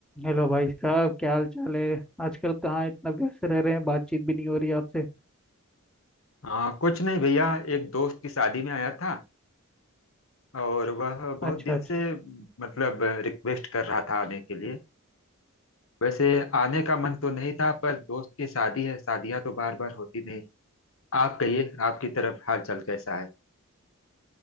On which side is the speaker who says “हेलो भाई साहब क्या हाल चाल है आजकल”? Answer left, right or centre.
Centre